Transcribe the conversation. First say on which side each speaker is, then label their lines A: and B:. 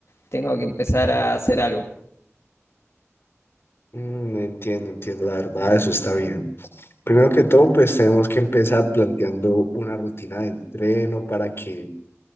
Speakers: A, on the left (about 65°); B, on the left (about 50°).
A: tengo que empezar a hacer algo.
B: Mm, entiendo, entiendo, la verdad, eso está bien. Primero que todo, pues tenemos que empezar planteando una rutina de entreno para que